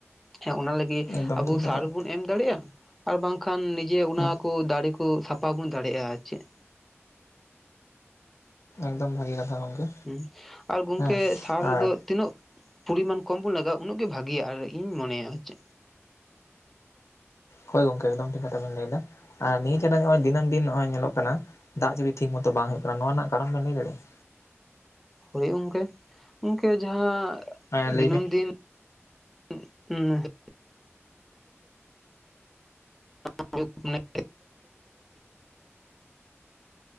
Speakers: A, in the centre; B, on the left.
A: ᱦᱮ ᱚᱱᱟ ᱞᱟᱹᱜᱤᱫ ᱜᱮ
B: ᱮᱠᱫᱚᱢ
A: ᱟᱵᱚ
B: ᱴᱷᱤᱠ ᱠᱟᱛᱷᱟ
A: ᱥᱟᱨ
B: ᱜᱚᱢᱠᱮ
A: ᱵᱚᱱ ᱮᱢ ᱫᱟᱲᱮᱭᱟᱜᱼᱟ ᱟᱨ ᱵᱟᱝᱠᱷᱟᱱ ᱱᱤᱡᱮ ᱚᱱᱟ
B: ᱦᱮᱸ
A: ᱠᱚ ᱫᱟᱨᱮ ᱠᱚ ᱥᱟᱯᱷᱟ ᱵᱚᱱ ᱫᱟᱲᱮᱭᱟᱜᱼᱟ ᱟᱨ ᱪᱮᱫ
B: ᱮᱠᱫᱚᱢ ᱵᱷᱟᱜᱮ ᱠᱟᱛᱷᱟ ᱜᱚᱢᱠᱮ
A: ᱦᱮᱸ ᱟᱨ ᱜᱚᱢᱠᱮ
B: ᱦᱮᱸ
A: ᱥᱟᱨ
B: ᱟᱨ
A: ᱨᱮᱫᱚ ᱛᱤᱱᱟᱹᱜ ᱯᱚᱨᱤᱢᱟᱱ ᱠᱚᱢ ᱵᱚᱱ ᱞᱟᱜᱟᱣᱼᱟ ᱩᱱᱟᱹᱜ ᱜᱮ ᱵᱷᱟᱜᱤᱭᱟ ᱟᱨ ᱤᱧ ᱢᱚᱱᱮᱭᱟ ᱪᱮ
B: ᱦᱳᱭ ᱜᱚᱝᱠᱮ ᱮᱠᱫᱚᱢ ᱴᱷᱤᱠ ᱠᱟᱛᱷᱟ ᱵᱮᱱ ᱞᱟᱹᱭ ᱮᱫᱟ ᱟᱨ ᱱᱤᱭᱟᱹ ᱪᱟᱸᱫᱳ ᱱᱚᱜᱼᱚᱭ ᱫᱤᱱᱟᱹᱢ ᱫᱤᱱ ᱱᱚᱜᱚᱭ ᱧᱮᱞᱚᱜ ᱠᱟᱱᱟ ᱫᱟᱜ ᱡᱟᱹᱲᱤ ᱴᱷᱤᱠ ᱢᱚᱛᱚ ᱵᱟᱝ ᱦᱩᱭᱩᱜ ᱠᱟᱱᱟ ᱱᱚᱣᱟ ᱨᱮᱱᱟᱜ ᱠᱟᱨᱚᱱ ᱵᱮᱱ ᱞᱟᱹᱭ ᱫᱟᱲᱮᱭᱟᱜᱼᱟ
A: ᱦᱳᱭ <unintelligible> ᱜᱚᱢᱠᱮ ᱡᱟᱦᱟᱸ
B: ᱦᱮᱸ ᱞᱟᱹᱭ
A: ᱫᱤᱱᱟᱹᱢ
B: ᱵᱮᱱ
A: ᱫᱤᱱ <unintelligible> <unintelligible>